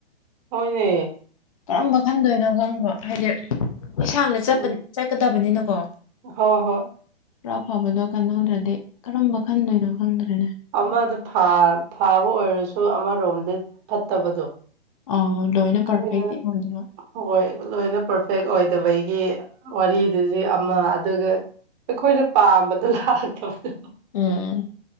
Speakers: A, on the right; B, on the left.
A: ꯍꯅꯦ
B: ꯀꯔꯝꯕ ꯈꯟꯗꯣꯏꯅꯣ ꯈꯪꯕꯣ ꯍꯥꯏꯗꯤ ꯌꯦꯁꯥꯡꯗꯠꯄ
A: ꯎꯝ
B: ꯆꯠꯀꯗꯕꯅꯤꯅꯀꯣ
A: ꯍꯣꯏ ꯍꯣꯏ
B: ꯈꯔꯥ ꯐꯕꯗꯣ ꯀꯟꯍꯧꯗ꯭ꯔꯗꯤ ꯀꯔꯝꯕ ꯈꯟꯗꯣꯏꯅꯣ ꯈꯪꯗ꯭ꯔꯦꯅꯦ
A: ꯑꯃꯗꯣ ꯐꯥꯕ ꯑꯣꯏꯔꯁꯨ ꯑꯃꯔꯣꯝꯗ ꯐꯠꯇꯕꯗꯣ
B: ꯑꯥꯎ ꯂꯣꯏꯅ
A: ꯑꯩꯈꯣꯏꯅ
B: ꯄꯔꯐꯦꯛꯇꯤ ꯑꯣꯏꯗꯕ
A: ꯍꯣꯏ ꯂꯣꯏꯅ ꯄꯔꯐꯦꯛ ꯑꯣꯏꯗꯕꯒꯤ ꯋꯥꯔꯤꯗꯨꯗꯤ ꯑꯃ ꯑꯗꯨꯒ ꯑꯩꯈꯣꯏꯅ ꯄꯥꯝꯕꯗꯣ ꯂꯥꯛꯇꯕꯗꯣ
B: ꯎꯝ